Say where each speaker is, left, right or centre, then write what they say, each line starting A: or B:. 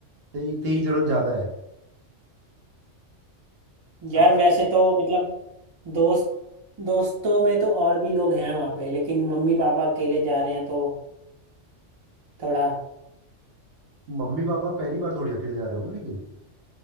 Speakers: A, on the right; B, on the right.
A: तेरी तेरी जरूरत ज्यादा है समझ
B: यार वैसे तो मतलब दोस्त दोस्तों में तो और भी लोग हैं वहां पे लेकिन मम्मी पापा अकेले जा रहे हैं तो थोड़ा
A: मम्मी पापा पहली बार थोड़ी अकेले जा रहे होंगे लेकिन